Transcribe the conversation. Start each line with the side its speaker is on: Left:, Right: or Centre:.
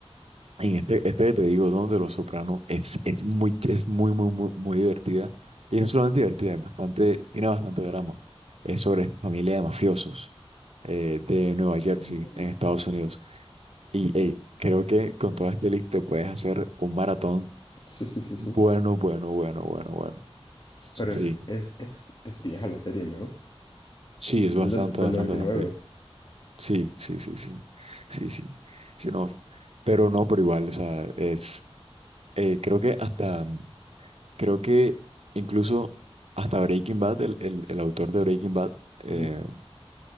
Right: En este, este que te digo, donde Los Sopranos es, es muy, es muy, muy, muy, muy divertida. Y no solamente divertida, es bastante, tiene bastante drama. Es sobre familia de mafiosos eh, de Nueva Jersey,
Left: Mm.
Right: en Estados Unidos. Y hey, creo que con toda esta lista te puedes hacer un maratón
Left: Sí, sí, sí, sí.
Right: bueno, bueno, bueno, bueno, bueno. Sí,
Left: Pero es, es, es, es vieja la serie, ¿no?
Right: sí, es bastante,
Left: Es del, del
Right: bastante,
Left: 99.
Right: bastante bien. Sí, sí, sí, sí, sí, sí. Sí, no, pero no, pero igual, o sea, es, eh, creo que hasta. Creo que incluso hasta Breaking Bad, el, el- el autor de Breaking Bad, eh,
Left: Ujú.